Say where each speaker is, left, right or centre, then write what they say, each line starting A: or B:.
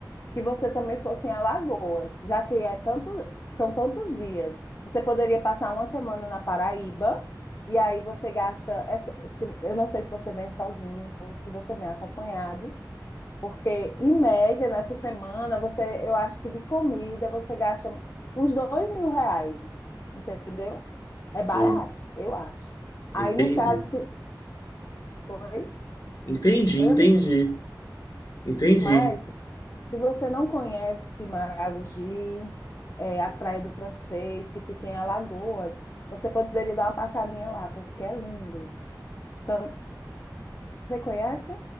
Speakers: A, on the left; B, on the left.
A: que você também fosse em Alagoas, já que é tanto, são tantos dias. Você poderia passar uma semana na Paraíba, e aí você gasta. é só- se- eu não sei se você vem sozinho ou se você vem acompanhado, porque em média, nessa semana, você, eu acho que de comida você gasta uns dois mil reais, entendeu? É barato,
B: Hum,
A: eu acho. Aí,
B: entendi.
A: no caso, se. Oi?
B: Entendi,
A: Oi,
B: entendi.
A: amigo?
B: Entendi.
A: Mas, se você não conhece Maragogi, é, a Praia do Francês, que fica em Alagoas, você poderia dar uma passadinha lá, porque é lindo. Então, você conhece?